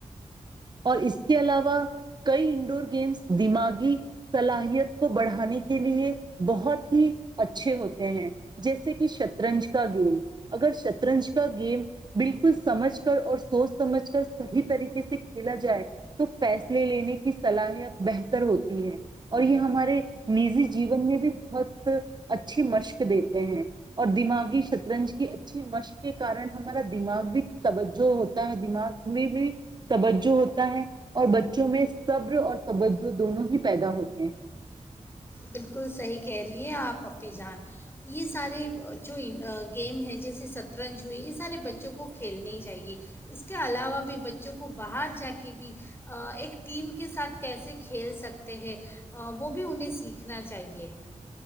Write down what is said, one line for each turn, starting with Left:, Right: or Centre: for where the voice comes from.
Right: اور اس کے علاوہ کئی انڈور گیمس دماغی صلاحیت کو بڑھانے کے لیے بہت ہی اچھے ہوتے ہیں جیسے کہ شطرنج کا گیم اگر شطرنج کا گیم بالکل سمجھ کر اور سوچ سمجھ کر صحیح طریقے سے کھیلا جائے تو فیصلے لینے کی صلاحیت بہتر ہوتی ہے اور یہ ہمارے نجی جیون میں بھی بہت اچھی مشق دیتے ہیں اور دماغی شطرنج کی اچھی مشق کے کارن ہمارا دماغ بھی توجہ ہوتا ہے دماغ میں بھی توجہ ہوتا ہے اور بچوں میں صبر اور توجہ دونوں ہی پیدا ہوتے ہیں
Left: بالکل صحیح کہہ رہی ہے آپ اپنی جان یہ سارے جو گیم ہیں جیسے سطرنج ہے یہ سارے بچوں کو کھیلنے ہی چاہیے اس کے علاوہ بھی بچوں کو باہر جا کے بھی ایک ٹیم کے ساتھ کیسے کھیل سکتے ہیں وہ بھی انہیں سیکھ سیککھنا چاہیے